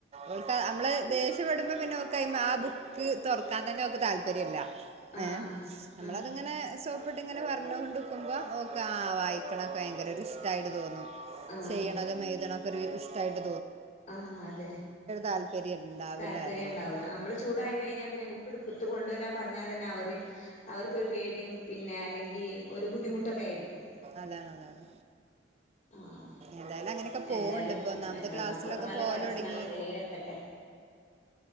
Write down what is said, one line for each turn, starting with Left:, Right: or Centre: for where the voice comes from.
Right: ഓൾക്കാ നമ്മള് ദേഷ്യപ്പെടുമ്പോ പിന്നെ ഓക്ക് ആ ബുക്ക് തൊറക്കാൻ തന്നെ ഓൾക്ക് താല്പര്യല്ല
Left: ആഹ്
Right: ഏഹ് നമ്മളതിങ്ങനെ
Left: ആഹ്
Right: സോ പ്പിട്ടിങ്ങനെ പറഞ്ഞോണ്ടിക്കുമ്പോൾ ഓ ബുക്ക്‌ ആഹ് വായിക്ക്ണൊക്കെ ഭയങ്കര ഒരു ഇഷ്ട്ടായിട്ട് തോന്നും.
Left: ആഹ്
Right: ചെയ്യ്ണതും എഴുത്ണോം <unintelligible> ഇഷ്ട്ടായിട്ട്
Left: ആഹ് അതെ,
Right: താല്പര്യം ഉണ്ടാവില്ല
Left: താല്പര്യം
Right: അറിയുന്നത്
Left: ഇണ്ടാവൂല. നമ്മള് ചൂടായി കഴിഞ്ഞാൽ പിന്നെ ബുക്ക് എടുക്ക ബുക്കൊണ്ടുവരാൻ പറഞ്ഞാൽ തന്നെ അവര് അവർക്കൊരു പേടിയും പിന്നെ അല്ലെങ്കി ഈ ഒര് ബുദ്ധിമുട്ടൊക്കേയ്ര്ക്കും
Right: അതാണ് അതാണ്
Left: ആഹ്
Right: ഏതായാലും അങ്ങനെയൊക്കെ
Left: എന്തായാലും
Right: പോവ്ണ്ട് ഇപ്പൊ ഒന്നാമത്
Left: എന്താ
Right: ക്ലാസ്സിലൊക്കെ
Left: പറ മക്കളൊക്കെ നല്ല
Right: പോവലൊടങ്ങി
Left: പഠിച്ച് നല്ല നിലയിലെത്തട്ടെ